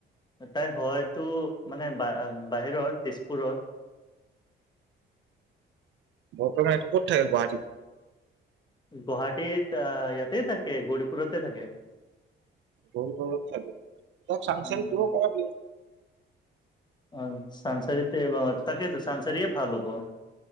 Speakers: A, on the left; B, on the right.
A: তাই হয়তো মানে বাহিৰৰ তেজপুৰত
B: বৰ্তমান এই ক'ত থাকে গুৱাহাটীত।
A: গুৱাহাটীত ইয়াতে থাকে গৌৰিপুৰতে থাকে।
B: গৌৰীপুৰত থাকে, ত চাংচাৰ
A: উম
B: দিব পৰা
A: অঁ চানচাৰিতে তাকেইতো চানচাৰীয়ে ভাল হ'ব।